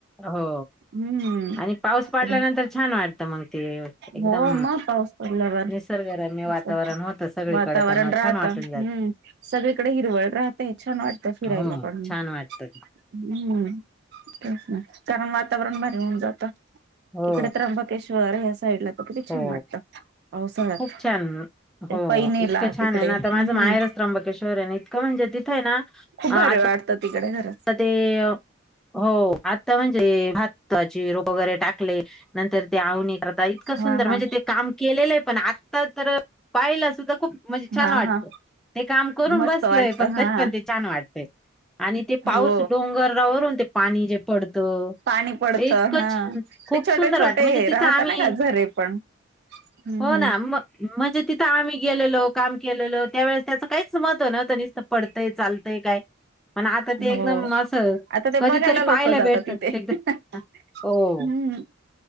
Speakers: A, in the centre; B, on the right.
A: हो
B: हम्म ते
A: आणि पाऊस पडल्यानंतर
B: पन हे
A: छान वाटतं मग ते एकदम
B: हो मग पाऊस. पडल्यावर अस
A: निसर्गरम्य वातावरण होतं सगळीकडे
B: वातावरण
A: त्यामुळे
B: राहतं
A: छान वाटून
B: हम्म.
A: जात
B: सगळीकडे हिरवळ राहतेय छान वाटत फिरायला
A: हो
B: पण
A: छान वाटत ते.
B: हम्म. तेच ना कारण वातावरण भारी होऊन जातं
A: हो
B: इकडे त्र्यंबकेश्वर ह्या साईड ला. पन किती
A: हो
B: छान वाटतं. पावसाळ्यात
A: खूप छान हो
B: पैनेला
A: इतकं छान
B: तिकडे
A: आहे ना
B: हम्म
A: आता माझं माहेरच त्र्यंबकेश्वर हेन. खरं म्हणजे तिथं हे ना.
B: खूप भरी
A: आता
B: वाटतं तिकडे खरंच.
A: ते य हो आता म्हणजे भाताची रोप वगैरे टाकले. नंतर ते आवणी करता इतकं
B: हा
A: सुंदर
B: हा
A: म्हणजे ते काम केलेलं हे पण आत्ता तर पाहिला सुद्धा. खूप म्हणजे छान
B: हा
A: वाटतं
B: हा
A: ते काम करून
B: मस्त
A: बसलयं
B: वाटत
A: पण
B: हा
A: तरी पण ते छान वाटतंय आणि ते पाऊस
B: हो
A: डोंगरावरून ते पाणी जे पडतं.
B: पाणी पडतं
A: ते इतकं
B: हा
A: छान खूप
B: ते छोटे
A: सुंदर
B: छोटे
A: वाटत म्हणजे
B: हे
A: तिथं
B: राहता
A: आम्ही.
B: ना का झरे पण हम्म
A: हो
B: हम्म
A: ना म म्हणजे तिथं आम्ही गेलेलो काम केलेलं त्यावेळेस त्याचं काहीच मत नव्हतं नसत. पडतंय चालतंय काय पण आता. ते
B: हो
A: एकदम असं
B: आता ते
A: कधीतरी
B: बघायला लोक
A: पाहायला
B: जातात
A: भेटतं
B: तिथे.
A: ते एकदम
B: हम्म
A: हां. हो.